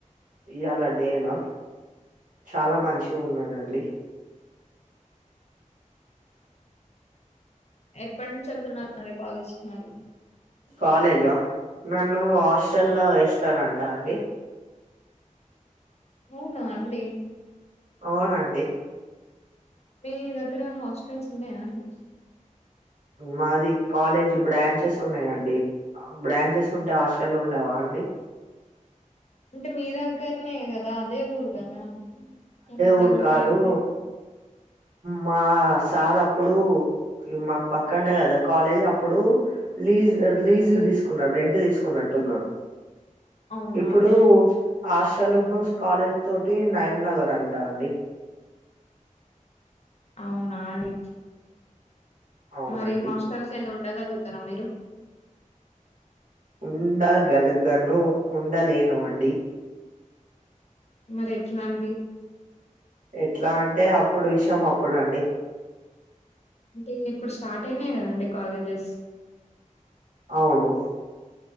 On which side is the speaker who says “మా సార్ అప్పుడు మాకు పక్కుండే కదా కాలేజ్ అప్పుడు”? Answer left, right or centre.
Right